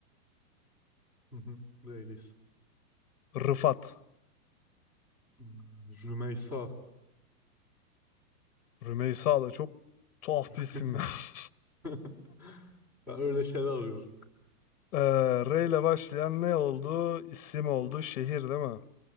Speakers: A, in the centre; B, on the left.
A: hı hı. R ile isim.
B: Rıfat.
A: Hmm, Rümeysa.
B: Rümeysa da çok tuhaf bir
A: <laughs>
B: isim ya. <laughs>
A: <laughs> Ben öyle şeyler arıyorum.
B: Ee, R ile başlayan ne oldu? İsim oldu. Şehir değil mi?